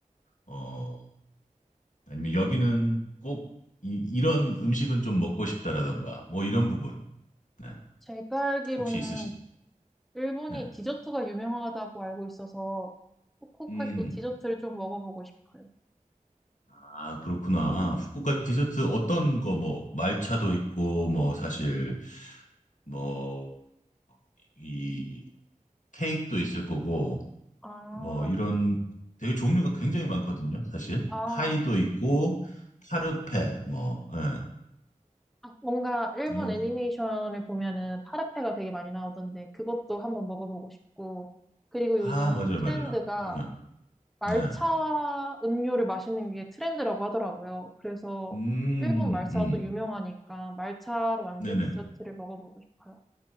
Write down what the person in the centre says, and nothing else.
제가 알기로는
일본이
디저트가 유명하다고 알고 있어서 후쿠오카에서
디저트를 좀 먹어보고 싶어요.
아,
아,
아, 뭔가 일본
애니메이션을 보면은 파르페가 되게 많이 나오던데 그것도 한번 먹어보고 싶고 그리고 요즘
트렌드가
말차
음료를 마시는 게 트렌드라고 하더라고요. 그래서
일본 말차가
또 유명하니까 말차로 만든
디저트를 먹어보고 싶어요.